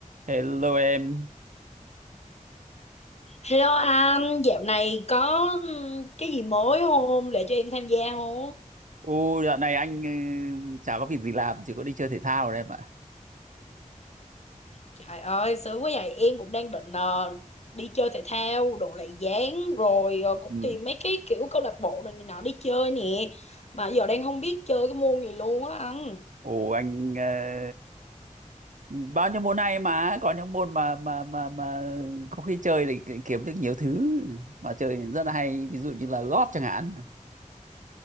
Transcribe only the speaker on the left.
Hello anh, dạo này có ừm, cái gì mới không để cho em tham gia không?
Trời ơi, sướng quá vậy, em cũng đang định ờ, đi chơi thể thao, độ lại dáng rồi ờ, cũng
tìm mấy cái kiểu câu lạc bộ này nọ đi chơi nè. Mà giờ đang không biết chơi cái môn gì luôn á anh.